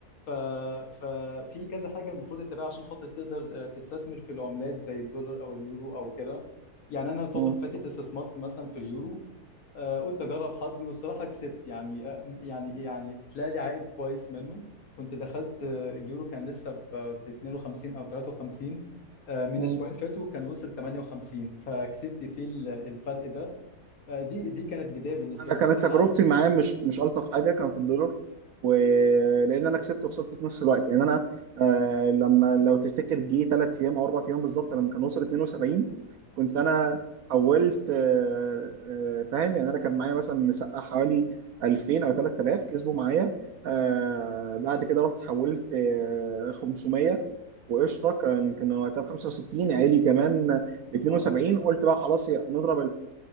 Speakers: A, on the left; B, on the right.
A: ف... ففي كذا حاجة المفروض تتبعها عشان خاطر تقدر آه، تستثمر في العملات زي الدولار أو اليورو أو كده يعني أنا الفترة
B: مم.
A: اللي فاتت استثمرت مثلا في اليورو آه، قلت اجرب حظي والصراحه كسبت يعني آه، يعني يعني طلع لي عائد كويس منه كنت دخلت آه، اليورو كان لسه ب ب 52 او 53 آه، من
B: مم.
A: اسبوعين فاتوا كان وصل 58 فكسبت فيه ال- الفرق ده آه، دي دي كانت بدايه بالنسبه
B: انا
A: لي
B: كانت
A: قلت اتعلم
B: تجربتي
A: يعني
B: معاه مش مش الطف حاجه كان في الدولار ولان انا كسبت وخسرت في نفس الوقت يعني انا آه لما لو تفتكر جه ثلاث ايام او اربع ايام بالظبط لما كان وصل 72 كنت انا حولت آه آه فاهم يعني انا كان معايا مثلا مسقى حوالي 2000 او 3000 كسبوا معايا آه بعد كده رحت حولت آه 500 وقشطه كان كان وقتها ب 65 عالي كمان ل 72
A: اه
B: قلت بقى خلاص يا- نضرب